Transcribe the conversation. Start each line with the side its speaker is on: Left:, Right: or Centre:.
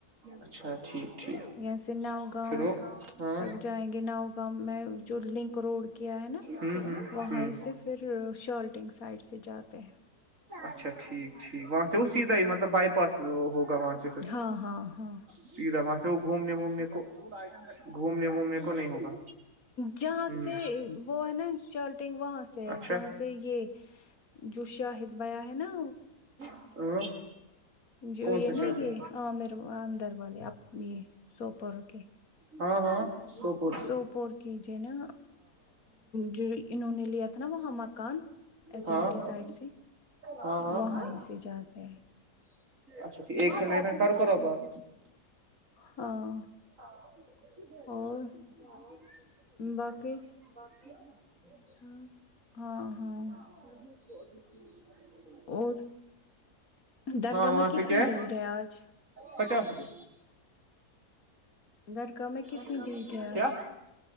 Right: اچھا ٹھیک ٹھیک
Left: اں سے ناؤ گاؤ
Right: پھر وہ ہاں
Left: تک جائیں گے ناؤ گاؤں میں جو لنک روڈ کیا ہے نا
Right: ہوں ہوں
Left: وہیں
Right: ہوں
Left: سے پھر شالٹنگ سائڈ سے جاتے ہیں
Right: اچھا ٹھیک ٹھیک وہاں سے وہ سیدھا
Left: ہوں
Right: ہی مطلب بائی پاس ہوگا وہاں سے پھر
Left: ہاں ہاں ہاں
Right: سیدھا وہاں سے وہ گھومنےومنے کو گھومنے وھومنے کو نہیں ہوگا
Left: جہاں
Right: ہوں
Left: سے وہ ہے نا شرٹنگ وہاں سے
Right: اچھا
Left: ہے جہاں سے یہ جو شاہد بیاں ہے نا
Right: ہ
Left: <unintelligible> جو
Right: کون
Left: یہ
Right: سا شہر
Left: نا
Right: ہے
Left: یہ ہ میرے اندر والےب یہ سوپر اوکے
Right: ہاں ہاں سو پٹ <unintelligible>
Left: سوپور کیجے نا جو انہوں نے لیا تھا نا وہاں مکان ایچ
Right: ہاں
Left: ایم ٹی
Right: ہاں
Left: سائڈ سے
Right: ہاں
Left: وہاں
Right: ہاں
Left: ہی سے جاتا ہے
Right: اچھا تو ایک سے مٹ میں کر کرو بات
Left: ہاں
Right: آ <unintelligible>
Left: اور باقی
Right: باقی <unintelligible>
Left: ہاں ہاں ہاں
Right: بھی ابھی <inaudible>
Left: اور درگاہ
Right: وہاں
Left: میں کتنی
Right: سے کیا
Left: بھیڑ ہے آج
Right: پچاس روپئے
Left: درگاہ میں کتنی
Right: ہ
Left: بھیڑ ہے آج
Right: کیا